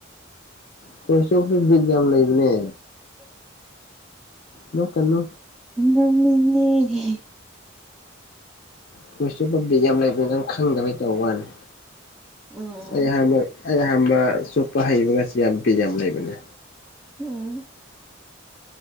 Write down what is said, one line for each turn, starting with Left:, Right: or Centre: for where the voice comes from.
Left: ꯈꯣꯏ ꯆꯣꯞꯄꯤ ꯕꯗꯤ ꯕꯤꯠ ꯌꯥꯝ ꯂꯩꯕꯅꯦ ꯅꯣꯛꯀꯅꯨ
Centre: ꯅꯣꯛꯅꯤꯡꯉꯦ
Left: ꯈꯣꯏ ꯆꯣꯞꯄ ꯕꯤꯠ ꯌꯥꯝ ꯂꯩꯕꯅꯤ ꯅꯪ ꯈꯪꯗꯕꯩ ꯇꯧꯕ ꯋꯥꯅꯤ
Centre: ꯎꯝ
Left: ꯑꯩ ꯑꯍꯥꯟꯕ ꯑꯩ ꯑꯍꯥꯟꯕ ꯆꯨꯞꯄ ꯍꯩꯕꯒꯁꯦ ꯕꯤꯠ ꯌꯥꯝ ꯂꯩꯕꯅꯦ
Centre: ꯑꯣ